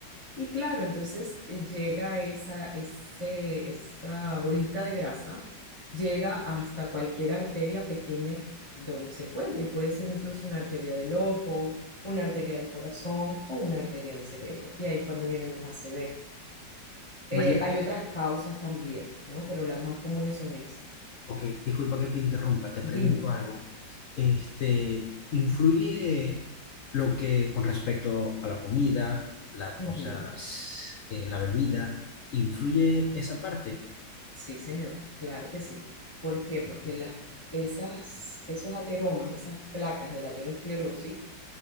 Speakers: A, on the left; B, on the left.
A: Y claro, entonces eh, llega esa, ese, esa bolita de grasa, llega hasta cualquier arteria pequeña donde se encuentre, y puede ser incluso una arteria del ojo, una arteria del corazón o una arteria del cerebro. Y ahí es cuando vienen los ACV. Eh,
B: María,
A: hay otras causas también, ¿no? Pero las más comunes son esas.
B: ok, disculpa que te interrumpa, te pregunto
A: Dime.
B: algo. Este, ¿influye lo que con respecto a la comida, la,
A: Ujú.
B: o sea, s- eh, la bebida, influye esa parte?
A: Sí, señor, claro que sí. ¿Por qué? Porque las, esas, esos ateromas, esas placas de la aterosclerosis,